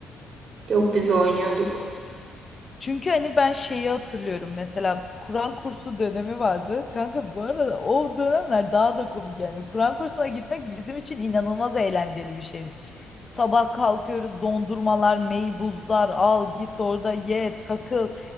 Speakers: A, on the right; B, on the left.
A: yok biz oynuyorduk.
B: Çünkü hani ben şeyi hatırlıyorum mesela Kur'an kursu dönemi vardı. Kanka bu arada o dönemler daha da komik yani. Kur'an kursuna gitmek bizim için inanılmaz eğlenceli bir şeydi. Sabah kalkıyoruz dondurmalar, meybuzlar al git orada ye takıl.